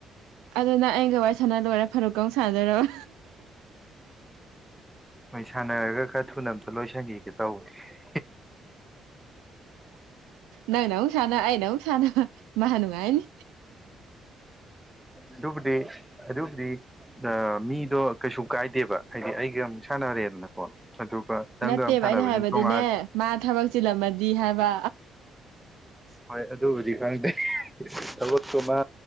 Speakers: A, on the right; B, in the centre.
A: ꯑꯗꯨ ꯅꯪ ꯑꯩꯒ ꯋꯥꯔꯤ ꯁꯥꯅ ꯂꯣꯏꯔꯒ ꯐꯔꯨꯛꯀꯥ ꯑꯃꯨꯛ ꯁꯥꯅꯗꯣꯏꯔꯕ
B: ꯍꯣꯏ ꯁꯥꯟꯅꯔꯒ ꯈꯔ ꯊꯨꯅ ꯑꯝꯇ ꯂꯣꯏ ꯁꯤꯟꯈꯤꯒꯦ ꯇꯧꯕꯅꯤ
A: ꯅꯪꯅ ꯑꯃꯨꯛ ꯁꯥꯟꯅ ꯑꯩꯅ ꯑꯃꯨꯛ ꯁꯥꯟꯅ ꯃꯥ ꯅꯨꯡꯉꯥꯏꯅꯤ
B: ꯑꯗꯨꯕꯨꯗꯤ ꯑꯗꯨꯕꯨꯗꯤ ꯃꯤꯗꯣ ꯀꯩꯁꯨ ꯀꯥꯏꯗꯦꯕ ꯍꯥꯏꯗꯤ ꯑꯩꯒ ꯑꯃꯨꯛ ꯁꯥꯟꯅꯔꯦꯗꯅꯀꯣ ꯑꯗꯨꯒ ꯅꯪꯒ
A: ꯅꯠꯇꯦꯕ
B: ꯑꯃ ꯁꯥꯟꯅꯕꯅꯤꯅ
A: ꯑꯩꯅ ꯍꯥꯏꯕꯗꯤꯅꯦ
B: ꯇꯣꯉꯥꯟ
A: ꯃꯥ ꯊꯕꯛ ꯆꯤꯜꯂꯝꯃꯗꯤ ꯍꯥꯏꯕ
B: ꯍꯣꯏ ꯑꯗꯨꯕꯨꯗꯤ ꯈꯪꯗꯦ ꯊꯕꯛꯇꯨꯃꯥ